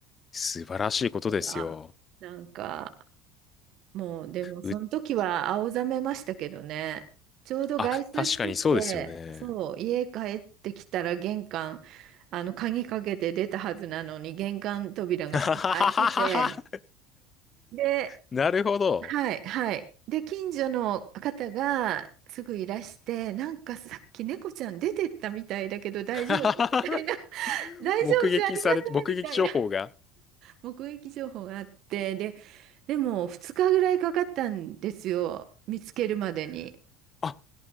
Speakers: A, on the left; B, on the right.
A: 素晴らしいことですよ。
B: 猫がなんか、もう、でも、その時は青ざめましたけどね。
A: う、
B: ちょうど外出してて、
A: あ、確かにそうですよね。
B: そう、家帰ってきたら玄関、あの、鍵かけて出たはずなのに、玄関扉が少し開いてて、
A: <laughs>
B: で、
A: なるほど。
B: はい、はい。で、近所の方がすぐいらして、なんかさっき猫ちゃん出てったみたいだけど大丈夫みたいな、
A: <laughs>
B: <laughs> 大丈夫じゃありませんみたいな。
A: 目撃されて、目撃情報が。
B: 目撃情報があって、で、でも2日ぐらいかかったんですよ、見つけるまでに。
A: あ、